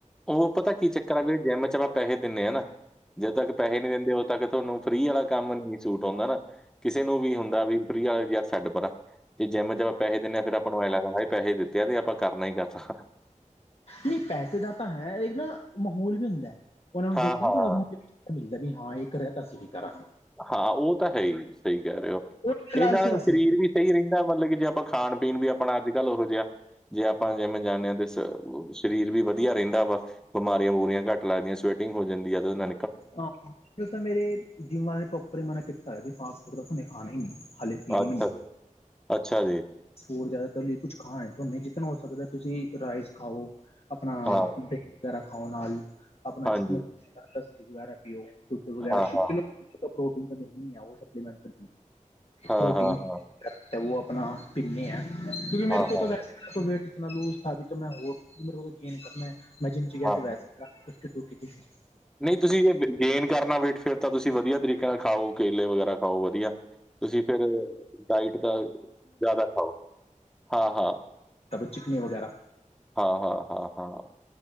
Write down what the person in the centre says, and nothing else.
ਉਹ ਪਤਾ ਕੀ ਚੱਕਰ ਆ ਵੀ ਜਿੰਮ 'ਚ ਆਪਾਂ ਪੈਸੇ ਦਿੰਦੇ ਹਾ ਆ ਨਾ, ਜਦੋਂ ਤੱਕ ਪੈਸੇ ਨਹੀਂੀ ਦਿੰਦੇ ਉਦ ਤੱਕ ਤੁਹਾਨੂੰ ਫਰੀ ਵਾਲਾ ਕੰਮ ਨ ਸੂਟ ਆਉਂਦਾ ਨਾ, ਕਿਸੇ ਨੂੰ ਵੀ ਹੁੰਦਾ ਵੀ ਫਰੀ ਵਾਲਾ ਯਾਰ ਛੱਡ ਪਰਾਂ ਤੇ ਜਿੰਮ 'ਚ ਆਪਾਂ ਪੈਸੇ ਦਿੰਦੇ ਆ, ਫਿਰ ਆਪਾਂ ਨੂੰ ਐਂ ਲੱਗਦਾ ਹਾ ਪੈਸੇ ਦਿੱਤੇ ਆ ਤੇ ਆਪਾਂ ਕਰਨਾ ਹੀ ਕਰਨਾ।
ਹਾਂ
ਹਾਂ
ਹਾਂ ਉਹ ਤਾਂ ਹੈ ਹੀ, ਸਹੀ ਕਹਿ ਰਹੇ ਹੋ।
ਇਹ
ਨਾਲ
ਸਰੀਰ ਵੀ ਸਹੀ ਰਹਿੰਦਾ, ਮਤਲਬ ਕਿ ਜੇ ਆਪਾਂ ਖਾਣ ਪੀਣ ਵੀ ਆਪਣਾ ਅੱਜ ਕੱਲ੍ਹ ਉਹੋ ਜਿਹਾ ਜੇ ਆਪਾਂ ਜਿਮ ਜਾਂਦੇ ਹਾਂ ਤੇ, ਸਰੀਰ ਵੀ ਆਪਣਾ ਵਧੀਆ ਰਹਿੰਦਾ ਵਾ। ਬਿਮਾਰੀਆਂ ਬੁਮਾਰੀਆਂ ਘਟ ਲੱਗਦੀਆਂ, ਸਵੈਟਿਗ ਹੋ ਜਾਂਦੀ ਤਾਂ ਨ
ਅੱਛਾ
ਜੀ ਅੱਛਾ ਜੀ
ਹਾਂ
ਹਾਂਜੀ
ਹਾਂ
ਹਾਂ
ਹਾਂ
ਹਾਂ ਹਾਂ
ਹਾਂ
ਹਾਂ
ਹਾਂ
ਨਹੀਂ ਤੁਸੀਂ ਜੇ ਗੇਨ ਕਰਨਾ ਵੇਟ, ਫੇਰ ਤਾਂ ਤੁਸੀਂ ਵਧੀਆ ਤਰੀਕੇ ਨਾਲ ਖਾਓ, ਕੇਲੇ ਵਗੈਰਾ ਖਾਓ ਵਧੀਆ। ਤੁਸੀਂ ਫਿਰ ਡਾਇਟ ਦਾ ਜ਼ਿਆਦਾ ਖਾਓ। ਹਾਂ, ਹਾਂ,
ਹਾਂ -ਹਾਂ, ਹਾਂ ਹਾਂ